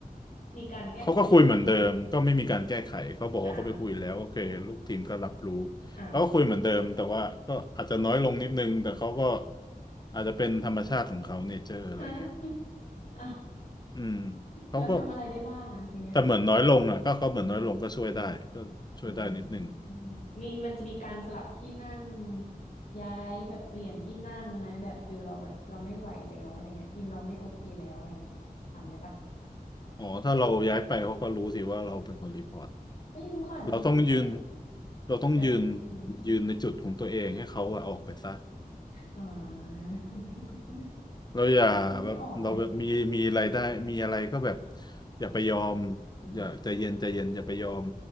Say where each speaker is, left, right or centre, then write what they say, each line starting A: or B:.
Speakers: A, on the left; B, on the left.
A: มีการแก้ไขให้ไหม
B: เขาก็คุยเหมือนเดิมก็ไม่มีการแก้ไขเขาบอกว่าเขาไปคุยแล้วโอเคลูกทีมก็รับรู้
A: อ้าวอ้าว
B: เขาก็คุยเหมือนเดิมแต่ว่าก็อาจจะน้อยลงนิดนึงแต่เขาก็อาจจะเป็นธรรมชาติของเขาเนเจอร์อะไรเงี้ย
A: ฮะ <laughs> อ้าว
B: อืมเขาก็
A: แล้วทำอะไรได้บ้างอ่ะทีเนี้ย
B: แต่เหมือนน้อยลงอ่ะก็เขาเหมือนน้อยลงก็ช่วยได้ก็ช่วยได้นิดนึง
A: อืมอืมอืมมีมันจะมีการสลับที่นั่งย้ายแบบเปลี่ยนที่นั่งไหมแบบฟิลเราแบบเราไม่ไหวแล้วอะไรเงี้ยทีมเราไม่โอเคแล้วอะไรเงี้ยทำได้ปะ
B: อ๋อถ้าเราย้ายไปเขาก็รู้สิว่าเราเป็นคนรีพอร์ต
A: ไม่รู้เขาอาจจะไม่รู้ก็ได้
B: เราต้องยืนเราต้องยืน
A: แบบอืม
B: ยืนในจุดของตัวเองให้เขาอะออกไปซะ
A: อ๋อ <laughs>
B: เราอย่าแบบเราแบบมีมีอะไรได้มีอะไรก็แบบ
A: เขาไม่ออกไง
B: อย่าไปยอม
A: อืม
B: อย่าใจเย็นใจเย็นอย่าไปยอม